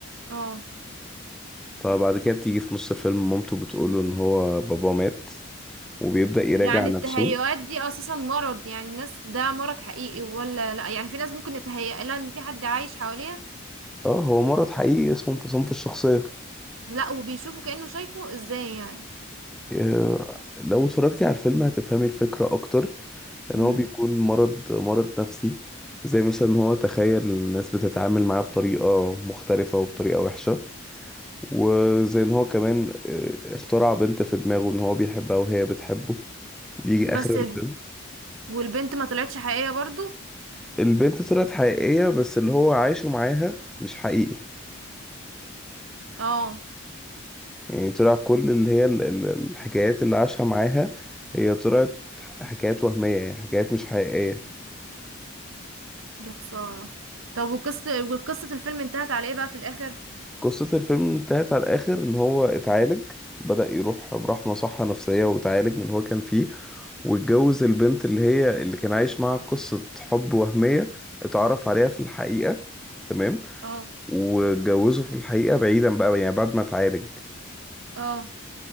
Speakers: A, on the right (about 75°); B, in the centre.
A: اه
B: فبعد كده بتيجي في نص الفيلم مامته بتقوله ان هو باباه مات وبيبدأ يراجع
A: يعني
B: نفسه
A: التهيؤات دي أساسا مرض يعني الناس ده مرض حقيقي ولا لا يعني في ناس ممكن يتهيأ لها إن في حد عايش حواليها
B: اه هو مرض حقيقي اسمه انفصام في الشخصية
A: لا وبيشوفه كأنه شايفه ازاي يعني
B: آه، لو اتفرجتي على الفيلم هتفهمي الفكرة اكتر
A: مم.
B: ان هو بيكون مرض مرض نفسي زي مثلا ان هو تخيل الناس بتتعامل معاه بطريقة مختلفة وبطريقة وحشة وزي ان هو كمان آه، اخترع بنت في دماغه ان هو بيحبها وهي بتحبه بيجي
A: بس
B: اخر الفيلم
A: ال... والبنت ما طلعتش حقيقية برضو
B: البنت طلعت حقيقية بس اللي هو عايشه معاها مش حقيقي
A: اه
B: يعني طلع كل اللي هي ال- ال- الحكايات اللي عاشها معاها هي طلعت ح- حكايات وهمية يعني حكايات مش حقيقية
A: دي خسارة طب وقصة وقصة الفيلم انتهت على ايه بقى في الآخر
B: قصة الفيلم انتهت على الآخر إن هو اتعالج بدأ يروح راح مصحة نفسية واتعالج من اللي هو كان فيه واتجوز البنت اللي هي اللي كان عايش معاها قصة حب وهمية اتعرف عليها في الحقيقة تمام
A: اه
B: واتجوزه في الحقيقة بعيدا بقى يعني بعد ما اتعالج
A: اه